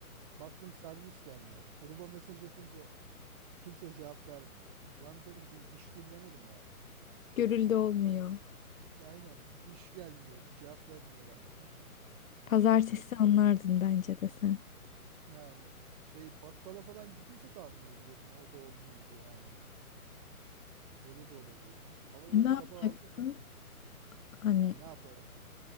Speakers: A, on the right; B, on the left.
A: Baktım servis gelmez. Gruba mesaj atınca kimse cevap vermiyor. Ulan derim bir işkillenirim ya.
B: Görüldü olmuyor.
A: Ya aynen iş gelmiyor. Bir cevap vermiyorlar. <laughs>
B: Pazartesi
A: Ya-
B: anlardın bence de sen.
A: Yani şey bakkala falan gidince de anlayabilirdim. O da olmayınca yani. Öyle de olabilir. Ama
B: Ne
A: böyle sabah
B: yapacaksın?
A: 6'da
B: Hani
A: ya ne yaparım?